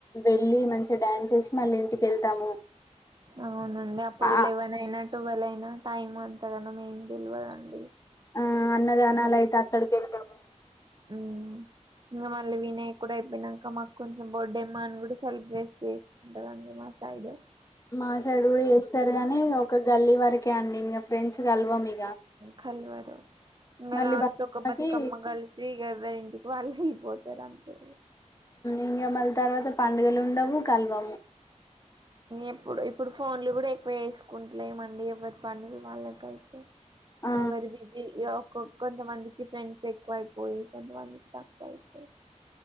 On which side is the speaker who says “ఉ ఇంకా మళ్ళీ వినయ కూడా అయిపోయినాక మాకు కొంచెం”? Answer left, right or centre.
Right